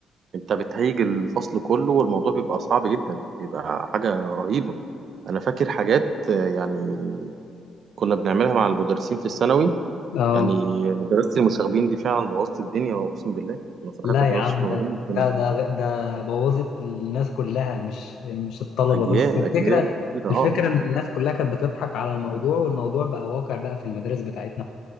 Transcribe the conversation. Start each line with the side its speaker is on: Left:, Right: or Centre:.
Right: انت بتهيج الفصل كله والموضوع بيبقى صعب جدا بيبقى حاجة رهيبة انا فاكر حاجات آه، يعني كنا بنعملها مع المدرسين في الثانوي
Left: اه
Right: يعني مدرسة المشاغبين دي فعلا بوظت الدنيا اقسم بالله انا صراحة
Left: لا
Right: في
Left: يا
Right: مدرسة
Left: عم
Right: المشاغبين
Left: ده
Right: كان
Left: ده ده ده بوظت الناس كلها مش مش الطلبة
Right: اجيال
Left: بس الفكرة
Right: اجيال كتيرة
Left: الفكرة
Right: اه آه.
Left: ان الناس كلها كانت بتضحك على الموضوع والموضوع بقى واقع بقى في المدارس بتاعتنا